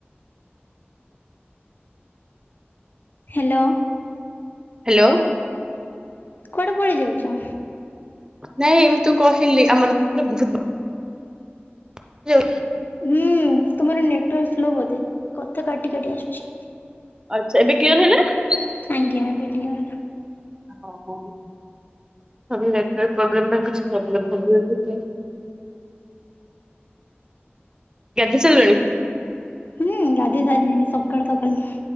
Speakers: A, on the left; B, on the right.
A: ହାଲୋ।
B: ହାଲୋ।
A: କୁଆଡେ ପଳେଇ ଯାଉଚ?
B: ନାଇଁ ଏମ୍ ତୁ କହିଲି ଆମର ପୁରା ବହୁତ୍ <inaudible>
A: ହୁଁ ତୁମର ନେଟୱାର୍କ ସ୍ଲୋ ବୋଧେ କଥା କାଟି କାଟି ଆସୁଚି।
B: ଆଚ୍ଛା ଏବେ କ୍ଲିୟର୍ ହେଲା ନା?
A: ଆଜ୍ଞା ଏବେ କ୍ଲିୟର୍ ହେଲା।
B: ଓ ହୋ ନେଟୱାର୍କ ପ୍ରୋବ୍ଲେମ ପାଇଁ କିଛି ପ୍ରୋବ୍ଲେମ <unintelligible> ଗାଧେଇ ସାରିଲଣି?
A: ହୁଁ ଗାଧେଇ ସାରିଲିଣି ସକାଳୁ ସକାଳୁ।